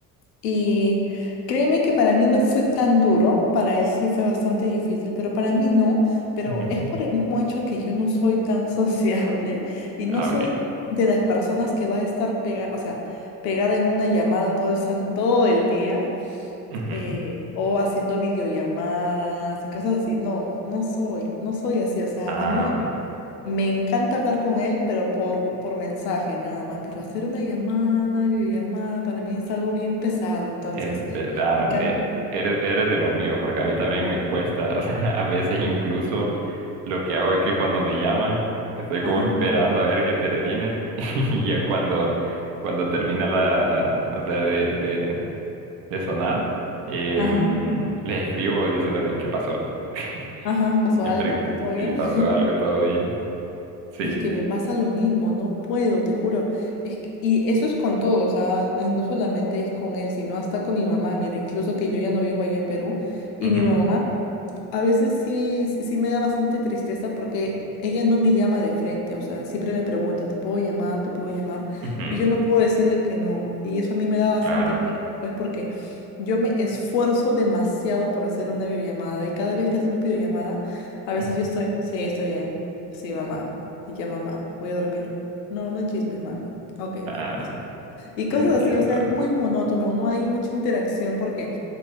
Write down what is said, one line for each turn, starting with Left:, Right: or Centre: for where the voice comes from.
Left: y créeme que para mí no fue tan duro, para él sí fue bastante difícil, pero para mí no, pero
Right: Ujú.
Left: es por el mismo hecho que yo no soy tan <laughs> sociable y no
Right: Ah,
Left: soy
Right: ok.
Left: de las personas que va a estar pegada, o sea, pegada en una llamada todo el, san- todo el día
Right: Ujú.
Left: eh, o haciendo videollamadas y cosas así. No, no soy, no soy así, o sea,
Right: Ah,
Left: a mí me,
Right: ok.
Left: me encanta hablar con él, pero por, por mensaje nada más, pero hacer una llamada, videollamada, para mí es algo bien pesado, entonces...
Right: Eh, ve- ah,
Left: En cambio,
Right: eh, eres, eres de los míos, porque a mí también me cuesta. <laughs> O sea, a veces incluso lo que hago es que cuando me llaman, estoy
Left: ajá,
Right: como esperando a ver que termine. <laughs> Y ya cuando, cuando termina la, o sea, de, de- de sonar, em,
Left: ajá,
Right: les escribo diciéndoles qué pasó. <laughs>
Left: ajá, ¿pasó
Right: Siempre
Left: algo? ¿Todo bien?
Right: si pasó algo, todo bien. Sí.
Left: Es que me pasa lo mismo, no puedo, te juro. Es que- y eso es con todo, o sea, eh, no solamente es con él, sino hasta con mi mamá. Mira, incluso que yo ya no vivo allá en Perú y
Right: Ujú,
Left: mi mamá A veces sí, sí me da bastante tristeza porque ella no me llama de frente, o sea, siempre me pregunta, ¿te puedo llamar? ¿Te puedo llamar?
Right: ujú,
Left: Y yo no puedo decirle que no. Y eso a mí me da bastante
Right: Claro.
Left: pena, pues porque yo me esfuerzo demasiado por hacer una videollamada y cada vez que hacemos videollamada, a veces
Right: ujú.
Left: yo estoy, sí, estoy bien, sí, mamá, y ya mamá, voy a dormir. No, no hay chismes, mami. Ok,
Right: Ah,
Left: mami, descansa. Y cosas
Right: entiendo.
Left: así, o sea, es muy monótono, no hay mucha interacción porque...